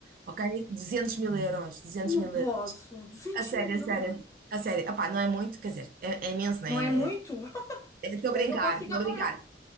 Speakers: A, on the right; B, on the left.
A: ok? 200 mil euros, 200
B: Não
A: mil
B: posso.
A: euros.
B: 200
A: A sério,
B: mil euros.
A: a sério, a sério. Opá, não é muito, quer dizer, é, é imenso, não
B: Não
A: é?
B: é muito?
A: É-
B: <laughs>
A: é,
B: Se
A: Estou
B: quiseres,
A: a brincar,
B: eu posso ficar
A: estou
B: com
A: a brincar.
B: ele.